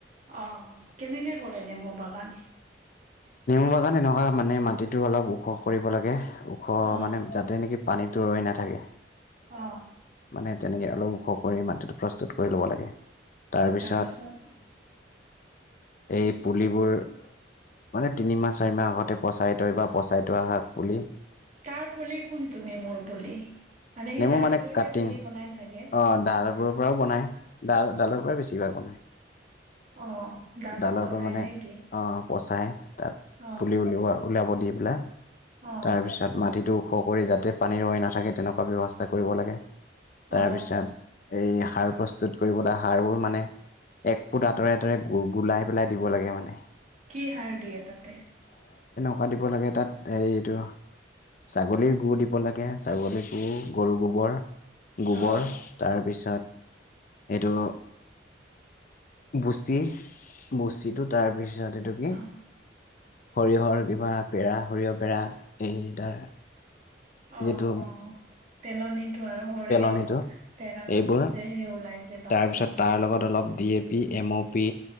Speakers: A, on the right (about 40°); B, on the left (about 45°).
A: অহ কেনেকে কৰে নেমু বাগান
B: নেমু বাগান এনেকুৱা মানে মাটিতো অলপ ওখ কৰিব লাগে ওখ
A: অ
B: মানে যাতে নিকি পানীত তো ৰৈ নাথাকে
A: অ
B: মানে তেনেকে অলপ ওখ কৰি মাটিটো প্ৰস্তুত কৰি ল'ব লাগে তাৰপিছত
A: তাৰপাছত
B: এই পুলিবোৰ মানে তিনিমাহ চাৰি মাহ আগতে পচাই থয় বা পচাই থোৱা হাক বুলি
A: তাৰ পুলি কোনটো নেমুৰ পুলি মানে সেই
B: নেমু
A: ডালবোৰহে
B: মানে কাটিং
A: পুলি বনাই চাগে
B: অ ডালবোৰ পৰাও বনাই ডাল ডালৰ পৰা বেছিভাগ বনায়
A: অ ডালটো
B: ডালৰ
A: পচাই
B: পৰা মানে
A: নে কি
B: অহ পচাই তাত
A: অ
B: পুলি উলিওৱা উলাব দি পেলাই
A: অ
B: তাৰ পিছত মাটিটো ওখ কৰি যাতে পানী ৰৈ নাথাকে তেনেকুৱা ব্যৱস্থা কৰিব লাগে তাৰপিছত
A: অ
B: এই সাৰ প্ৰস্তুত কৰিবলৈ সাৰবোৰ মানে এক ফুট আঁতৰে আঁতৰে গু গুলাই পেলাই দিব লাগে মানে
A: কি হাৰ দিয়ে তাতে
B: ৱা দিব লাগে তাত এইটো ছাগলীৰ গু দিব লাগে ছাগলীৰ গু গৰু গোবৰ গোবৰ
A: অ
B: তাৰ পিছত এইটো বুচি বচিটো তাৰপিছত এইটো কি
A: অ
B: সৰিয়হৰ কিবা পেৰা সৰিয়হ পেৰা এই তাৰ
A: অ
B: যিটো
A: অ পেলনীটো আৰু সৰিয়হ
B: পেলনিটো
A: পেৰা
B: এইবোৰ
A: পাছত যে সেই ওলাই যে বাকলি
B: তাৰপিছত
A: অ',
B: তাৰ লগত অলপ D A P M O P